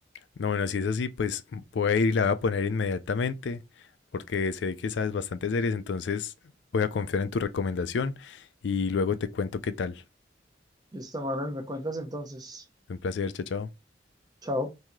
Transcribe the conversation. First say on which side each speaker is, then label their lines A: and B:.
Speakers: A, on the left; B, on the right.
A: No, bueno, si es así, pues voy a ir y la voy a poner inmediatamente porque sé que sabes bastantes series, entonces voy a confiar en tu recomendación y luego te cuento qué tal.
B: Listo, Manuel, me cuentas entonces.
A: Un placer, chao, chao.
B: Chao.